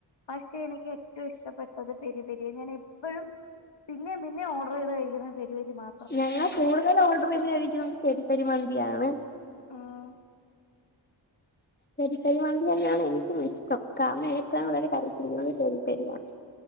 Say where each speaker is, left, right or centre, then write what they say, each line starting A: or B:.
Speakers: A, on the left (about 70°); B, on the left (about 20°).
A: പക്ഷെ എനിക്ക് ഏറ്റവും ഇഷ്ടപ്പെട്ടത് പെരി പെരി ങ്ങനെ അപ്പഴും പിന്നേ പിന്നെ ഓർഡർ ചെയ്ത് കഴിക്കുന്ന പെരി പെരി മാ
B: ഞങ്ങൾ കൂടുതൽ ഓർഡർ ചെയ്ത് കഴിക്കുന്നത് പെരി പെരി മന്തിയാണ്
A: ആഹ്
B: പെരിപെരിമന്തി ന്നെയാണ് എനിക്കും ഇഷ്ടം കാരണം ഏറ്റവും കൂടുതൽ കഴിച്ചിരുന്നത് പെരി പെരി രിയാണ്